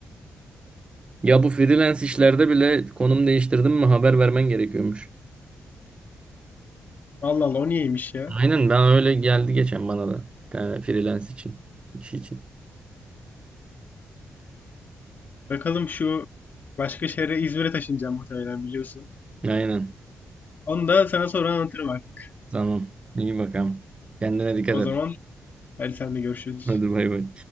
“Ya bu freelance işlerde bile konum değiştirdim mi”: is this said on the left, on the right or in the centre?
Right